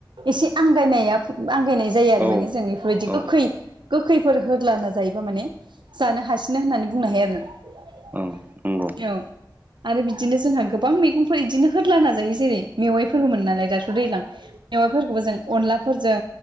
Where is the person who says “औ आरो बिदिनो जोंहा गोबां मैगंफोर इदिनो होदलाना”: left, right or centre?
Right